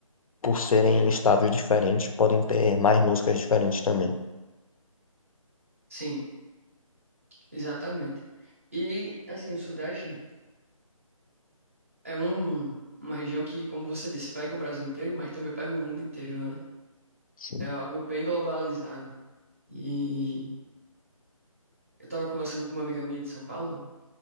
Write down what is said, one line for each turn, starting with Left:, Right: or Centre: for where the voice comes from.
Left: por serem estados diferentes, podem ter mais músicas diferentes também.
Right: Sim, exatamente. E, assim, o Sudeste é um, uma região que, como você disse, pega o Brasil inteiro, mas também pega o mundo inteiro, né?
Left: Sim,
Right: É algo bem globalizado. E Eu tava conversando com uma amiga minha de São Paulo.